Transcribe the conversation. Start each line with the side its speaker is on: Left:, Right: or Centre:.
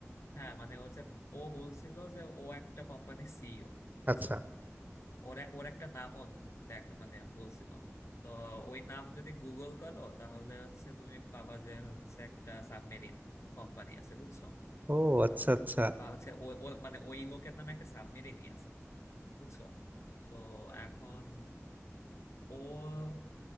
Left: হ্যাঁ মানে ও যে ও বলছিল যে ও একটা কোম্পানি সিইও বুঝছো
Right: আচ্ছা
Left: ওর এ- ওর একটা নামও দেখে মানে বলছিল তো ওই নাম যদি গুগল করো তাহলে হচ্ছে তুমি পাবা যে হচ্ছে একটা সাবমেরিন কোম্পানি আছে বুঝছো
Right: ও আচ্ছা আচ্ছা
Left: আর হচ্ছে ও ও- মানে ওই লোকের নামে একটা সাবমেরিনই আছে বুঝছো তো এখন ও